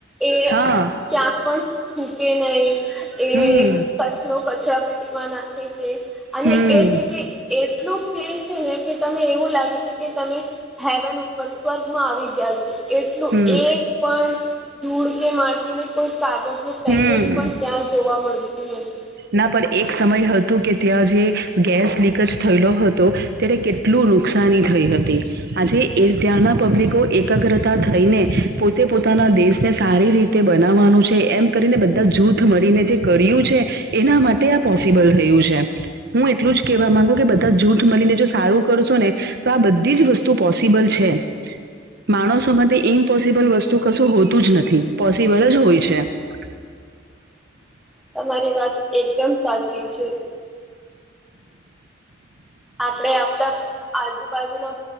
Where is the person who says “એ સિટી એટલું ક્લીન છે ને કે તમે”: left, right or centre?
Centre